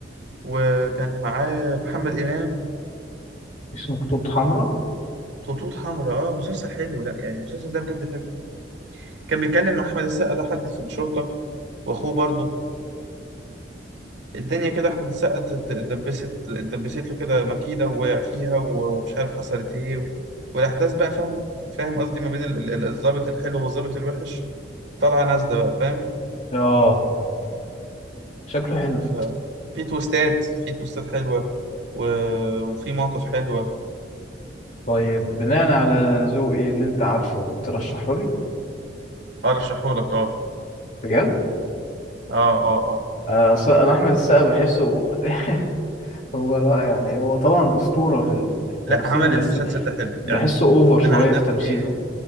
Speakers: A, on the right (about 70°); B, on the left (about 40°).
A: وكان معاه محمد امام
B: اسمه خطوط حمراء
A: خطوط حمراء اه مسلسل حلو لا يعني المسلسل ده بجد حلو كان بيتكلم مع احمد السقا ده حد في الشرطة واخوه برضه الدنيا كده احمد السقا ت- ت- اتدبست اتدبست له كده مكيده ووقع فيها و- ومش عارف حصلت ايه و... والاحداث بقى فاهمه فاهم قصدي ما بين ال- ال- ال- الضابط الحلو والضابط الوحش طالعه نازله بقى فاهم
B: اه شكله حلو
A: ففي تويستات في تويستات حلوه و... وفي مواقف حلوه
B: طيب بناء على ذوقي اللي انت عارفه ترشحه لي
A: ارشحه لك اه
B: بجد
A: اه اه اه
B: آه، أصل انا احمد السقا بحسه <laughs> هو لا يعني هو طبعا اسطورة في ال- في التمثيل
A: لا عمل
B: بس
A: المسلسل ده حلو
B: بحسه
A: يعني
B: اوفر شوية
A: انا عن
B: في
A: نفسي
B: تمثيله